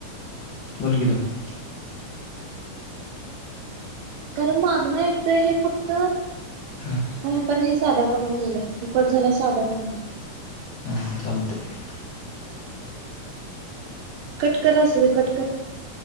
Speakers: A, on the left; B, on the right.
A: बोल की तवा.
B: कारण मागणं येतय हे फक्त
A: हा.
B: हे पण हे साध्या कॉलवर बोलूया हे कट झाल्यावर साधा फोन कर.
A: हा चालतय.
B: कट कर असुदे कट कर.